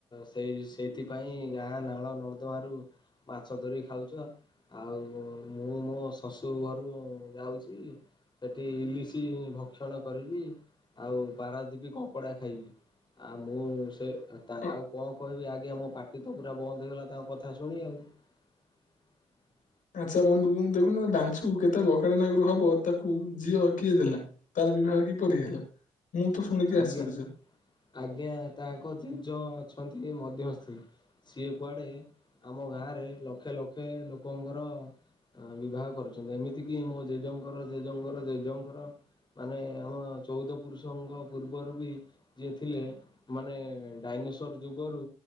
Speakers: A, on the left; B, on the left.
A: ସେଇ ସେଇଥିପାଇଁ ଗାଁ ନାଳ ନର୍ଦମା ରୁ ମାଛ ଧରିିକି ଖାଉଛ ଆଉ ମୁଁ ମୋ ଶଶୁ ଘରୁ ଯାଉଛି ସେଠି ଇଲିଶି ଭକ୍ଷଣ କରିବି ଆଉ ପାରାଦିପି କଙ୍କଡା ଖାଇବି। ଆଉ ମୁଁ ସେ
B: ଅ,
A: ଆଉ କଣ କହିବି ଆଜ୍ଞା ମୋ ପାଟି ତ ପୁରା ବନ୍ଦ ହେଇଗଲା ତାଙ୍କ କଥା ଶୁଣି ଆଉ।। <unintelligible>
B: ଦେଖୁନ ବାଛୁ କେତେ ବକଡା ନାଗରୁ ହବ ତାକୁ ଝିଅ କିଏ ଦେଲା ତାର ବିବାହ କିପରି ହେଲା? ମୁଁ ତ ଶୁଣିକି
A: ଆଜ୍ଞା
B: ଆଶ୍ଚର୍ଯ୍ୟ
A: ଆଜ୍ଞା ତାଙ୍କ ଜେଜ ଅଛନ୍ତି ମଧ୍ୟସ୍ତି। ସିଏ କୁଆଡେ ଆମ ଗାଁରେ ଲକ୍ଷେ ଲକ୍ଷେ ଲୋକଙ୍କର ବିବାହ କରୁଛନ୍ତି ଏମିତି କି ମୋ ଜେଜେଙ୍କର ଜେଜେଙ୍କର ଜେଜଙ୍କର ମାନେ ଆମ ଚଉଦ ପୁରୁଷଙ୍କ ପୂର୍ବରୁ ବି ଯିଏ ଥିଲେ ମାନେ ଡାଇନୋସର ଯୁଗରୁ